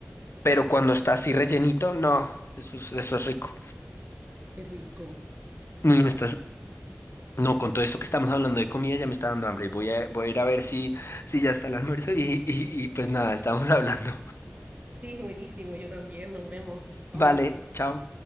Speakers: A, on the left; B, on the right.
A: pero cuando está así rellenito, no, eso es, eso es rico.
B: Qué rico.
A: Mm, Está No, con todo esto que estamos hablando de comida ya me está dando hambre. Voy a, voy a ir a ver si, si ya está el almuerzo y, y, y pues nada, estamos <laughs> hablando.
B: Sí, buenísimo, yo también, nos vemos. Chau.
A: Vale, chao.